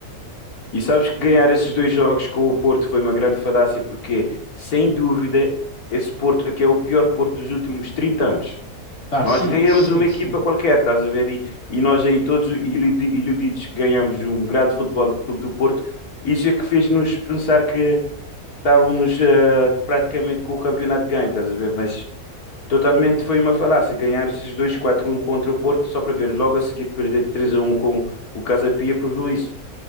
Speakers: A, on the left; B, on the left.
A: E sabes que ganhar esses dois jogos com o Porto foi uma grande falácia, porque, sem dúvida, esse Porto aqui é o pior Porto dos últimos 30 anos.
B: Ah,
A: Nós
B: sim,
A: ganhamos
B: sim,
A: uma
B: sim.
A: equipa qualquer, estás a ver? E, e nós aí todos iludi- iludidos ganhamos um grande futebol do Clube do Porto. Isso é que fez-nos pensar que estávamos eh, praticamente com o campeonato ganho, estás a ver? Mas totalmente foi uma falácia. Ganhar esses 2 4 um contra o Porto só para ver. Logo a seguir perder três a um com o Casa Pia provou isso.